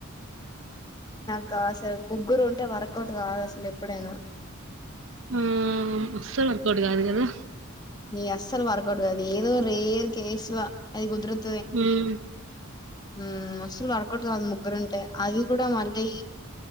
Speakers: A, on the left; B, on the right.
A: కా అసలు ముగ్గురు ఉంటే వర్కౌట్ కాదు అసలు ఎప్పుడైనా
B: ఆ అస్సలు వర్క్ అవుట్ కాదు కదా
A: ని అస్సలు వర్కౌట్ కాది ఏదో రేర్ కేసు లో అది కుదరత్
B: హమ్
A: అమ్ అసలు వర్కౌట్ కాదు ముగ్గురుంటే అది కూడా మళ్ళీ